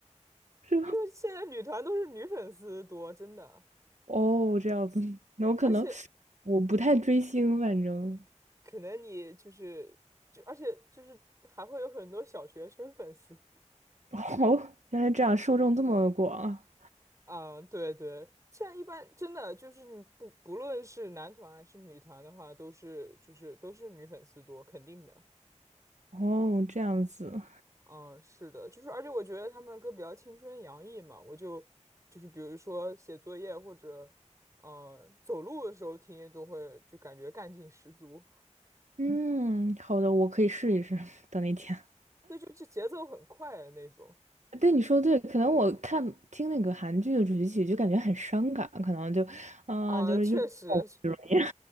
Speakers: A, on the right (about 70°); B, on the right (about 25°).
A: 是吧？
B: 因为现在女团都是女粉丝多，真的，
A: 哦，这样子，那我可能
B: 而且
A: 我不太追星，反正
B: 可能你就是就而且就是还会有很多小学生粉丝。
A: <laughs> 哦，原来这样受众这么广啊
B: 嗯，对对，现在一般真的就是你不不论是男团还是女团的话，都是就是都是女粉丝多，肯定的。
A: 哦，这样子，
B: 嗯，是的，就是而且我觉得他们歌比较青春洋溢嘛，我就就是比如说写作业或者嗯走路的时候听，都会就感觉干劲十足。
A: 嗯，好的，我可以试一试，<laughs> 等那天。
B: 对，就就节奏很快的那种。
A: 对，你说对，可能我看听那个韩剧的主题曲就感觉很伤感，可能就，啊、
B: 啊，
A: 就是又
B: 确实
A: <laughs> 哦，这种样
B: <laughs>